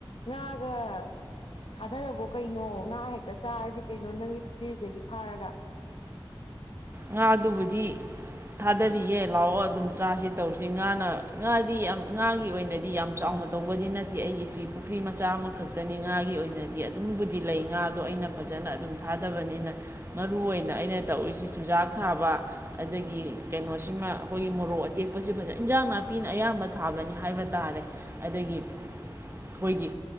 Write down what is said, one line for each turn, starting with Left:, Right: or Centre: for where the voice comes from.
Left: ꯉꯥꯒ ꯊꯥꯗꯔꯕꯣ ꯀꯩꯅꯣ ꯉꯥ ꯍꯦꯛꯇ ꯆꯥꯔꯁꯤ ꯀꯩꯅꯣ ꯅꯪꯒꯤ ꯈꯔꯤꯗꯨꯗꯒꯤ ꯐꯥꯔꯒ
Right: ꯉꯥꯗꯨꯕꯨꯗꯤ ꯊꯥꯗꯔꯤꯌꯦ ꯂꯥꯛꯑꯣ ꯑꯗꯨꯝ ꯆꯥꯁꯦ ꯇꯧꯁꯦ ꯉꯥꯅ ꯉꯥꯗꯤ ꯌꯥꯝ ꯉꯥꯒꯤ ꯑꯣꯏꯅꯗꯤ ꯌꯥꯝ ꯆꯥꯎꯅ ꯇꯧꯕꯗꯤ ꯅꯠꯇꯦ ꯑꯩꯒꯤꯁꯤ ꯄꯨꯈ꯭ꯔꯤ ꯃꯆꯥ ꯑꯃꯈꯛꯇꯅꯤ ꯉꯥꯒꯤ ꯑꯣꯏꯅꯗꯤ ꯑꯗꯨꯝꯕꯨꯗꯤ ꯂꯩ ꯉꯥꯗꯣ ꯑꯩꯅ ꯐꯖꯅ ꯑꯗꯨꯝ ꯊꯥꯗꯕꯅꯤꯅ ꯃꯔꯨ ꯑꯣꯏꯅ ꯑꯩꯅ ꯇꯧꯔꯤꯁꯤ ꯆꯨꯖꯥꯛ ꯊꯥꯕ ꯑꯗꯒꯤ ꯀꯩꯅꯣꯁꯤꯃ ꯑꯩꯈꯣꯏꯒꯤ ꯃꯣꯔꯣꯛ ꯑꯇꯦꯛꯄꯁꯤ ꯐꯖꯅ ꯏꯟꯖꯥꯡ ꯅꯥꯄꯤꯅ ꯑꯌꯥꯝꯕ ꯊꯥꯕꯅꯤ ꯍꯥꯏꯕ ꯇꯥꯔꯦ ꯑꯗꯒꯤ ꯑꯩꯈꯣꯏꯒꯤ